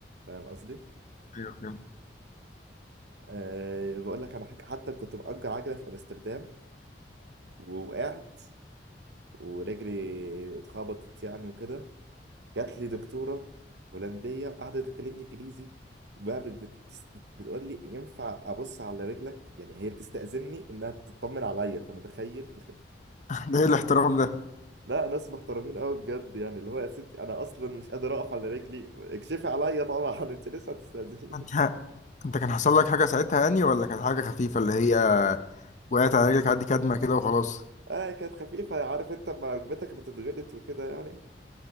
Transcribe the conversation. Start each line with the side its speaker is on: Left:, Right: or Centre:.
Right: فاهم قصدي؟
Left: ايوه فهمت
Right: أه بقول لك انا حاجة حتى كنت مأجر عجلة في امستردام ووقعت ورجلي اتخبطت يعني وكده جات لي دكتورة هولندية قعدت تكلمني انجليزي وبقى بت- بت- بتقول لي ينفع ابص على رجلك يعني هي بتستأذني انها تطمن عليا انت متخيل
Left: <laughs> ده ايه الاحترام ده
Right: لا ناس محترمين قوي بجد يعني اللي هو يا ستي انا اصلا مش قادر اقف على رجلي اكشفي عليا طبعا <laughs> انت لسه هتستاذيني
Left: انت انت كان حصل لك حاجه ساعتها يعني ولا كانت حاجه خفيفه اللي هي وقعت على رجلك عادي كدمه كده وخلاص
Right: <laughs> اه كانت خفيفه عارف انت لما ركبتك بتتغلط وكده يعني